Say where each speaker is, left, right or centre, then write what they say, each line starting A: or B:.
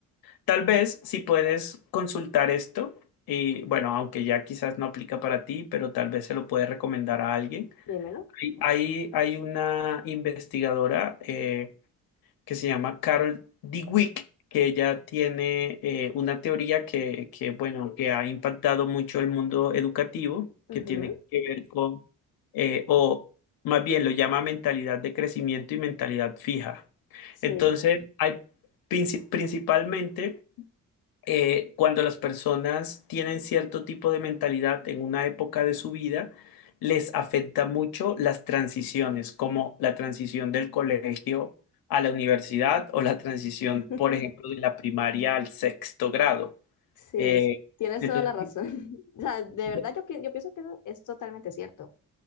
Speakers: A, on the left; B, on the left.
A: tal vez si puedes consultar esto, y bueno, aunque ya quizás no aplica para ti, pero tal vez se lo puedes recomendar a alguien.
B: Dímelo.
A: Hay, hay hay una investigadora eh, que se llama Carol Dweck, que ella tiene eh, una teoría que, que, bueno, que ha impactado mucho el mundo educativo,
B: Ujú,
A: que tiene que ver con, eh, o más bien lo llama mentalidad de crecimiento y mentalidad fija.
B: Sí,
A: Entonces, hay princi- principalmente eh, cuando las personas tienen cierto tipo de mentalidad en una época de su vida, les afecta mucho las transiciones, como la transición del colegio a la universidad o la transición,
B: <laughs>
A: por ejemplo, de la primaria al sexto grado.
B: sí,
A: Eh,
B: sí, Eh, tienes
A: entonces,
B: toda la razón. <laughs> O sea, de
A: sí,
B: verdad yo, pi- yo pienso que eso es totalmente cierto.